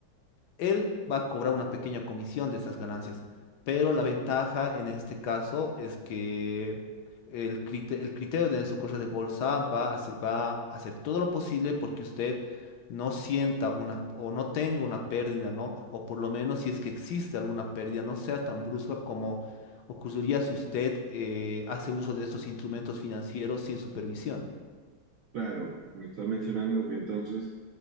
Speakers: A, on the left; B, on the right.
A: él va a cobrar una pequeña comisión de esas ganancias. Pero la ventaja en este caso es que el, crite- el criterio de Enzo Correa de Bolsa va a, hacer- va a hacer todo lo posible porque usted no sienta una o no tenga una pérdida, ¿no? O por lo menos si es que existe alguna pérdida, no sea tan brusca como ocurriría si usted eh, hace uso de estos instrumentos financieros sin supervisión.
B: Claro, me está mencionando que entonces